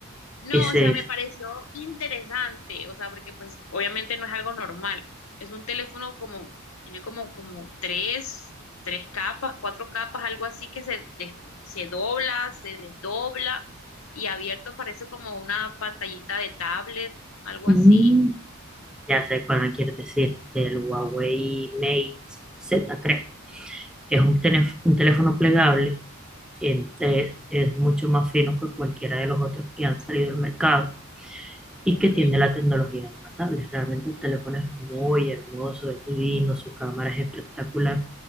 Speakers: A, on the left (about 65°); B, in the centre.
A: No,
B: ese
A: o sea,
B: es.
A: me pareció interesante, o sea, porque pues obviamente no es algo normal. Es un teléfono como, tiene como, como tres, tres capas, cuatro capas, algo así que se, des- se dobla, se desdobla y abierto parece como una pantallita de tablet, algo
B: Mm,
A: así.
B: ya sé cuál me quieres decir, el Huawei Mate Z, creo. Es un, teléf- un teléfono plegable, que es, es mucho más fino que cualquiera de los otros que han salido al mercado. y
A: Ok,
B: que tiene la tecnología de una tablet. Realmente el teléfono es muy hermoso, es divino, su cámara es espectacular